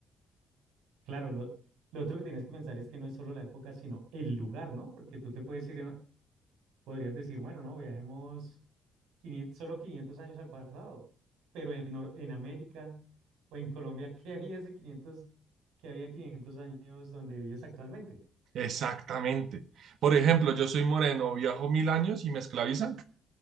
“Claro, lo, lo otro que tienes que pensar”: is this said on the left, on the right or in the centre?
Right